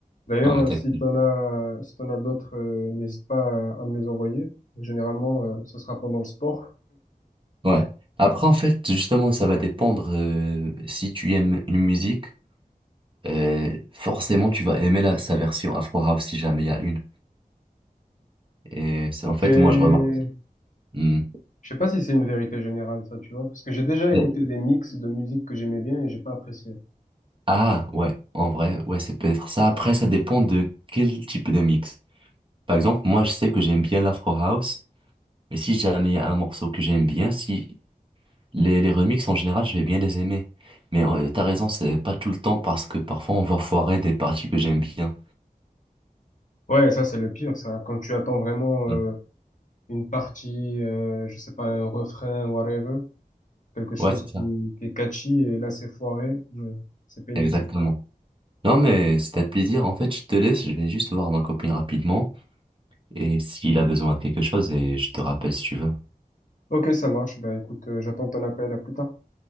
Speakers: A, on the left; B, on the right.
A: D'ailleurs,
B: On est
A: euh,
B: d'accord.
A: si t'en as, si t'en as d'autres, euh, n'hésite pas à, à me les envoyer. Généralement, euh, ce sera pendant le sport.
B: Ouais. Après, en fait, justement, ça va dépendre euh, si tu aimes une musique. euh, forcément, tu vas aimer la, sa version Afro House si jamais il y a une. Et c'est en fait,
A: C'est,
B: moi, je remarque. Hmm.
A: je sais pas si c'est une vérité générale, ça, tu vois, parce que j'ai déjà écouté
B: Et-
A: des mix de musique que j'aimais bien et j'ai pas apprécié.
B: Ah, ouais, en vrai, ouais, c'est peut-être ça. Après, ça dépend de quel type de mix. Par exemple, moi, je sais que j'aime bien l'Afro House, mais si jamais il y a un morceau que j'aime bien, si Les, les remixes, en général, je vais bien les aimer. Mais euh, t'as raison, c'est pas tout le temps parce que parfois on va foirer des parties que j'aime bien.
A: Ouais, ça, c'est le pire, ça. Quand tu attends vraiment
B: Ouais,
A: une partie, euh, je sais pas, un refrain, whatever, quelque chose
B: Ouais, c'est
A: qui,
B: ça.
A: qui est catchy, et là c'est foiré, euh, c'est pénible.
B: Exactement. Non, mais c'était un plaisir. En fait, je te laisse, je vais juste voir ma copine rapidement. Et s'il a besoin de quelque chose, et je te rappelle si tu veux.
A: Ok, ça marche, ben écoute, euh, j'attends ton appel, à plus tard.